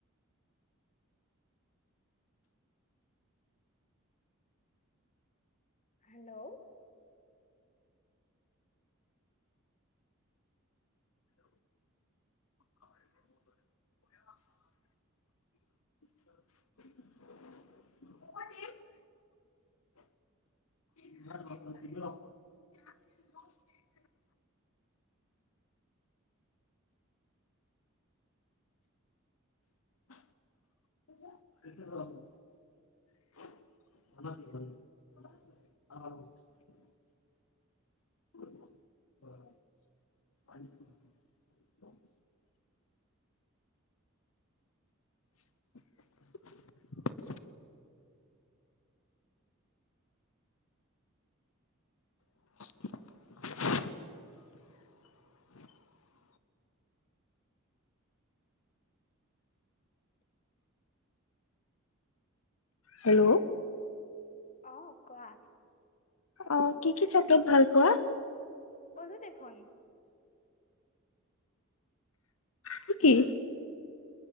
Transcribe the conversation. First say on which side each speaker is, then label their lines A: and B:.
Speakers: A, on the left; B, on the left.
A: হেল্ল'
B: <inaudible>
A: <unintelligible>
B: <unintelligible> <unintelligible> <unintelligible> <unintelligible> হেল্ল'
A: অৱ কোৱা
B: অৱ কি কি চকলেট ভাল পোৱা?
A: কলো দেখোন।
B: কি কি?